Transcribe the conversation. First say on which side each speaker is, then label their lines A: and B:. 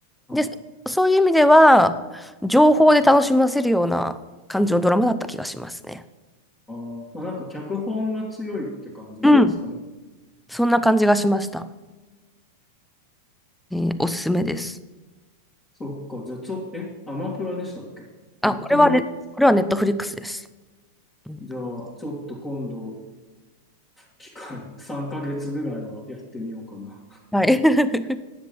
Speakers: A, in the centre; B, on the left.
A: で、
B: はい。
A: そういう意味では、情報で楽しませるような感じのドラマだった気がしますね。
B: あーまあ、なんか脚本が強いって感じなんですかね。
A: うんそんな感じがしました。えーおすすめです。
B: そっか。じゃあちょっと、え、アマプラでしたっけネットフリックス。
A: あ、これはね、これはネットフリックスです。うん
B: じゃあちょっと今度機会は3ヶ月ぐらいはやってみようかな。
A: はい。<laughs>